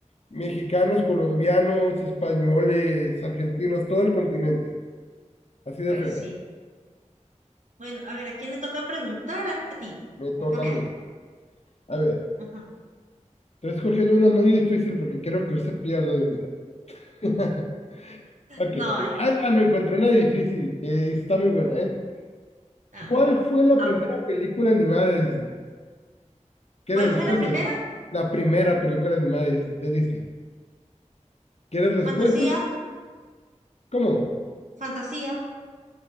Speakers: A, on the left; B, on the right.
A: mexicanos, colombianos, españoles, argentinos, todo el continente. Así de
B: Pues
A: feo.
B: sí. Bueno, a ver, ¿a quién le toca preguntar a ti?
A: Me toca
B: Pregúntame
A: a mí.
B: algo.
A: A ver,
B: Ujú.
A: estoy escogiendo una muy difícil porque quiero que usted pierda de unidad. <laughs> Ok.
B: No hay,
A: Ah, no, me encontré una difícil. eh, está muy buena, ¿eh?
B: ay.
A: ¿Cuál fue la
B: Ah,
A: primera película animada de Disney? ¿Quieres
B: ¿cuál
A: respuestas?
B: fue la primera?
A: La primera película animada de, de Disney. ¿Quieres respuestas?
B: Fantasía,
A: ¿Cómo?
B: fantasía.